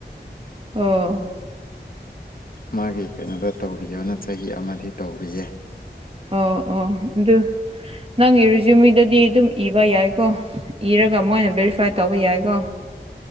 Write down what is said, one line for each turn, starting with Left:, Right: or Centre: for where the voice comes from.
Right: ꯑꯣ
Left: ꯃꯥꯒꯤ ꯀꯩꯅꯣꯗꯣ ꯇꯧꯕꯤꯌꯣꯅ ꯆꯍꯤ ꯑꯃꯗꯤ ꯇꯧꯔꯤꯌꯦ
Right: ꯑ ꯑꯣ ꯗꯨ ꯅꯪꯒꯤ ꯔꯤꯖꯨꯃꯤꯗꯗꯤ ꯑꯗꯨꯝ ꯏꯕ ꯌꯥꯏꯀꯣ ꯏꯔꯒ ꯃꯣꯏꯅ ꯚꯦꯔꯤꯐꯥꯏ ꯇꯧꯕ ꯌꯥꯏꯀꯣ